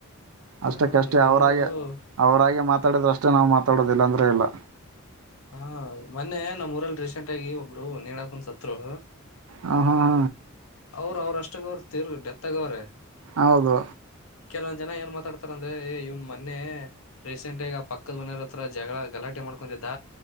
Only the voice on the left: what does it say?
ಹ ಇವಾಗ ನೋಡು
ಹಾ ಮೊನ್ನೆ ನಮ್ಮ್ ಊರಲ್ಲಿ ರೀಸೆಂಟ್ ಆಗಿ ಒಬ್ರು ನೀನಕಂದ ಸತ್ರು
ಅವ್ರ ಅವ್ರ ಅಷ್ಟಾಗ ಅವ್ರ ತೀರ್ಗ ಡೆತ್ ಆಗ ಅವ್ರೆ
ಕೆಲವೊಂದ್ ಜನ ಏನ್ ಮಾತಾಡ್ತಾರ ಅಂದ್ರೆ ಇವ್ನ್ ಕೆಲವೊಂದು ಜನ ಏನ್ ಮಾತಾಡತಾರೆ ಅಂತ್ರೆ ಎ ಮೊನ್ನೆ ರೀಸೆಂಟ್ಗ ಪಕ್ಕದ ಮನರ ಹತ್ರ ಜಗಳ ಗಲಾಟೆ ಮಾಡ್ಕೊೊಂಡಿದ್ದ